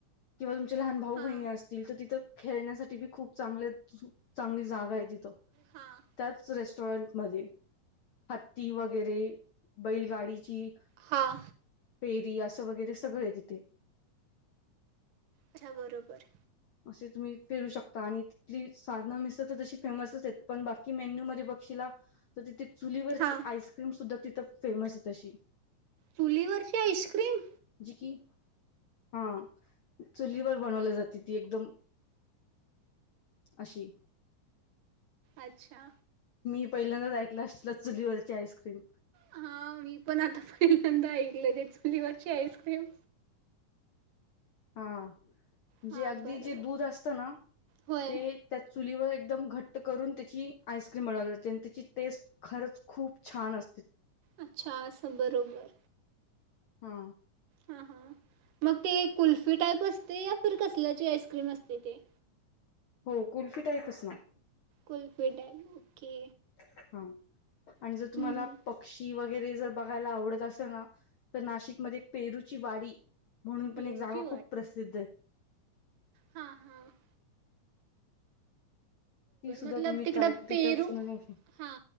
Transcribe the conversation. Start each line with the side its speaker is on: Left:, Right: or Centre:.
Left: किंवा तुमचे लहान भाऊ
Right: हां
Left: बहिणी असतील, तर तिथं खेळण्यासाठी बी खूप चांगल्या चांगली जागा आहेत. तीथ
Right: हां
Left: त्याच रेस्टॉरंट मध्ये हत्ती वगैरे बैलगाडीची
Right: हां
Left: फेरी असं वगैरे सगळं आहे तिथे.
Right: अच्छा बरोबर.
Left: असे तुम्ही फिरू शकता आणि तिथली साधना मिसळ तर तशी फेमसच आहेत, पण बाकी मेन्यू मध्ये बघ शीला, तर तिथे चुलीवरची
Right: हां
Left: आईस्क्रीम सुधा तिथ फेमस हाय तशी.
Right: चुलीवरची आईस्क्रीम!
Left: जी की, हा चुलीवर बनवली जाती. ती एकदम अशी
Right: अच्छा.
Left: मी पहिल्यांदाच ऐकलं असल, चुलीवरची आईस्क्रीम
Right: हा मी पण, आता पहिल्यांदा ऐकलं जे चुलीवरची आईस्क्रीम
Left: हा म्हणजे
Right: हां
Left: अगदी
Right: बरोबर
Left: जे दूध असत ना,
Right: होय
Left: ते त्या चुलीवर एकदम घट्ट करून त्याची आईस्क्रीम बनवली जाते आणि त्याची टेस्ट खरंच खूप छान असते.
Right: अच्छा असं बरोबर.
Left: हा.
Right: हा हा. मग ते कुल्फी टाईप असते या फि कसल्याची आईस्क्रीम असते ते?
Left: हो. कुल्फी टाईपच ना.
Right: कुल्फीटाईप ओके.
Left: हा आणि जर
Right: हम्म
Left: तुम्हाला
Right: हम्म
Left: पक्षी व गैरे जर बघायला आवडत असे ना तर नाशिकमध्ये पेरूची वाडी म्हणून पण
Right: पेरूची
Left: एक जागा खूप प्रसिध्दाय.
Right: हां हां.
Left: ती सुद्धा
Right: मतलब
Left: तुम्ही
Right: तिकडं
Left: ट्राय तिथच
Right: पेरू
Left: म
Right: हा